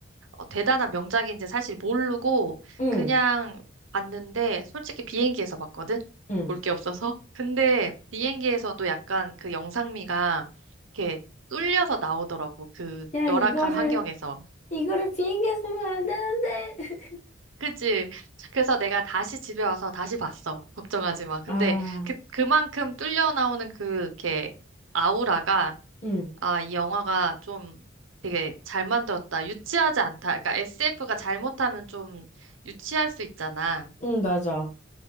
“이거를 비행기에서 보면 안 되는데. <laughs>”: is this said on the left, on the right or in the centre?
Left